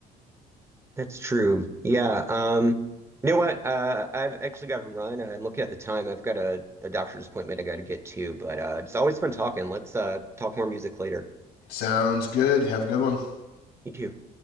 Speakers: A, on the right; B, on the left.
A: that's true yeah um you know what uh I've actually got to run I'm looking at the time I've got a, a doctor's appointment I got to get to but uh it's always fun talking let's uh talk more music later
B: Sounds good. Have a good one.
A: you too